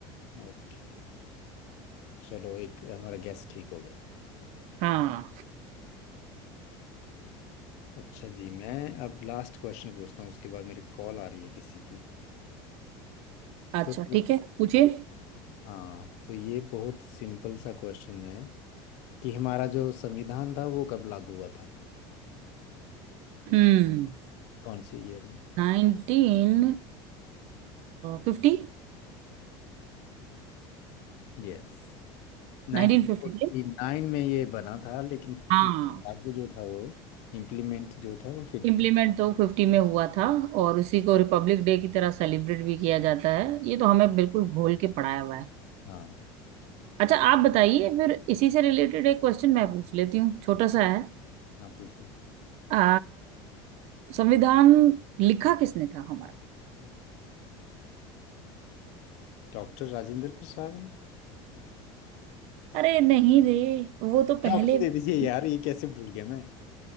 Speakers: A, on the left; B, on the right.
A: ओके चलो एक हमारा गैस ठीक हो गया
B: हाँ
A: अच्छा जी मैं अब लास्ट क्वेश्चन पूछता हूँ उसके बाद मेरी कॉल आ रही है किसी की
B: अच्छा
A: तो
B: ठीक है पूछिए
A: हाँ तो ये बहुत सिंपल सा क्वेश्चन है कि हमारा जो संविधान था वो कब लागू हुआ था
B: हम्म
A: कौन से ईयर में
B: Nineteen fifty
A: यस 1949
B: Nineteen fifty right?
A: में ये बना था लेकिन
B: हाँ
A: लागू जो था वो इम्प्लीमेंट जो था वो फिफ्टी
B: इम्प्लीमेंट तो फिफ्टी में हुआ था और इसी को रिपब्लिक डे की तरह सेलिब्रेट भी किया जाता है ये तो हमें बिल्कुल घोल के पढ़ाया हुआ है
A: हाँ
B: अच्छा आप बताइए फिर इसी से रिलेटेड एक क्वेश्चन मैं पूछ लेती हूँ छोटा सा है
A: आप पूछिए
B: आ, संविधान लिखा किसने था हमारा
A: डॉक्टर राजेंद्र प्रसाद ने
B: अरे नहीं रे वो तो
A: अच्छा,
B: पहले
A: ऑप्शन दे
B: <laughs>
A: दीजिए यार ये कैसे भूल गया मैं